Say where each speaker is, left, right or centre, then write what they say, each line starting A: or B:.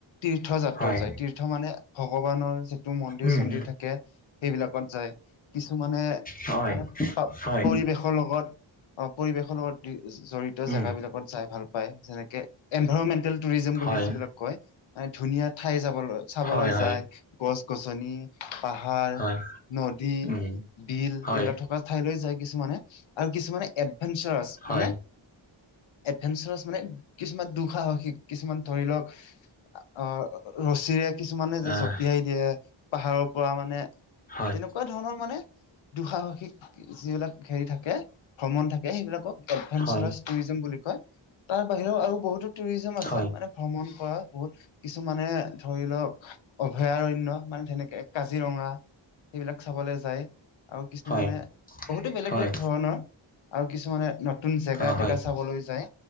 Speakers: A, on the left; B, on the left.
A: তীৰ্থ যাত্ৰাত
B: হয়
A: যায় তীৰ্থ মানে ভগৱানৰ যিটো মন্দিৰ
B: উম,
A: ন্দ থাকে সেইবিলাকত যায় কিছুমানে
B: হয়,
A: মানে
B: হয়,
A: পৰিৱেশৰ লগত অঁ পৰিৱেশনৰ লগত জড়িত
B: উম,
A: জেগ বিলাকত যাই ভাল পায় যেনেকে এনভাইৰমেন্টেল টুৰিজম
B: হয়,
A: বুলি যিবিলাক কয় মান ধুনীয়া ঠাই যাবলৈ চাবলৈ
B: হয়, হয়,
A: যায় গছ গছনি পাহাৰ,
B: হয়,
A: নদী,
B: উম,
A: বিল
B: হয়,
A: এইবিলাক থকা ঠাইলৈ যায়। কিছুমানে আৰু কিছুমানে এডভেঞ্চাৰছ
B: হয়,
A: মানে এডভেঞ্চাৰছ মানে কিছুমান দুঃসাহসিক কিছুমান ধৰি লওঁক অ ৰ চিৰে কিছুমানে যে
B: আহ,
A: জপিয়াই দিয়ে পাহাৰৰ পৰা মানে
B: হয়,
A: তেনেকুৱা ধৰণৰ মানে দুঃসাহসিক যিবিলাক হেৰি থাকে ভ্ৰমণ থাকে সেইবিলাকক এডভেঞ্চাৰছ
B: হয়,
A: টুৰিজম বুলি কয়, তাৰ বাহিৰেও আৰু বহুতো টুৰিজম আছে
B: হয়,
A: মানে ভ্ৰমণ। হয় বহুত কিছুমানে ধৰি লওক অভয়াৰণ্য মানে তেনেকে কাজিৰঙা এইবিলাক চাবলে যায় আৰু কিছুমানে
B: হয়,
A: বহুতো বেলেগ-
B: হয়,
A: বেলেগ ধৰণৰ। আৰু কিছুমানে নতুন জেগা
B: অ,
A: - তেগা
B: হয়,
A: চাবলৈ যায়।